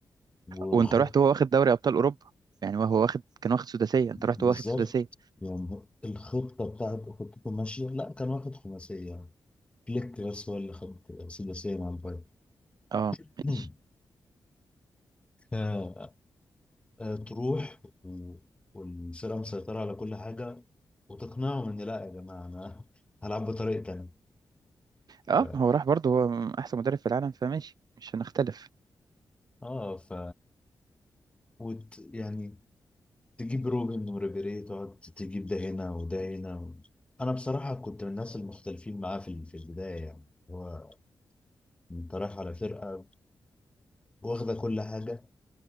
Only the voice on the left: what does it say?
وخط
بالظبط
يعني الخطة بتاعت خطته ماشية لا كان واخد خماسية فليك بس هو اللي خد سداسية مع البايرن
<clears throat>
ف- آه، تروح و- والفرقة مسيطرة على كل حاجة وتقنعهم إن لا يا جماعة أنا هلعب بطريقة تانية
ف...
اه ف وت... يعني تجيب روبن وريبيري تقعد تجيب ده هنا وده هنا و... انا بصراحه كنت من الناس المختلفين معاه في ال- في البدايه يعني هو انت رايح على فرقه واخده كل حاجه